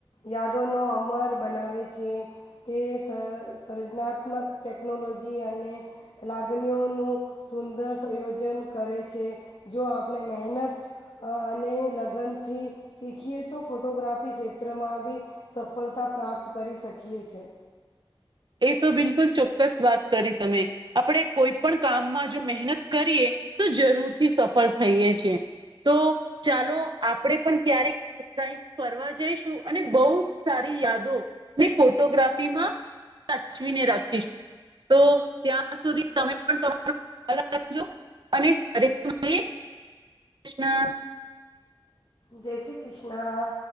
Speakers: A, on the left; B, on the right.
A: યાદોનો અમર બનાવે છે. તે સ સર્જનાત્મક ટેકનોલોજી અને લાગણીઓનું સુંદર સંયોજન કરે છે જો આપણે મહેનત અને લગનથી શીખીએ તો ફોટોગ્રાફી ક્ષેત્રમાં બી સફળતા પ્રાપ્ત કરી શકીએ છે
B: એ તો બિલકુલ ચોક્કસ વાત કરી તમે આપડે કોઈ પણ કામમાં જો મહેનત કરીએ તો જરૂરથી સફળ થઇએ છે તો ચાલો આપડે પણ ક્યારેક કઈક ફરવા જઈશું અને બહુ સારી યાદો ને ફોટોગ્રાફી માં સાચવીને રાખીશું તો ત્યાં સુધી તમે પણ તમારું <inaudible> રાખજો અને ફરીથી મળીયે કૃષ્ણ
A: જય શ્રી કૃષ્ણ